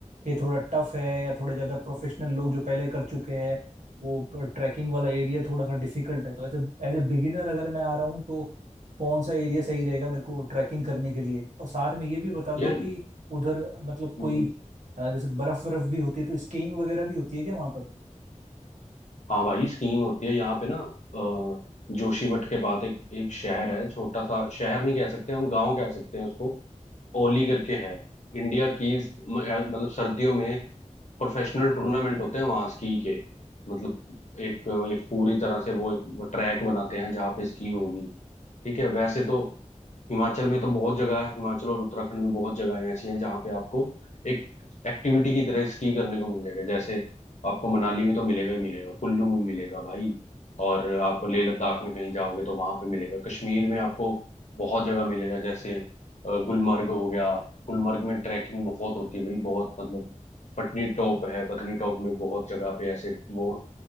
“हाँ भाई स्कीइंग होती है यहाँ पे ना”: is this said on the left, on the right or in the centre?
Left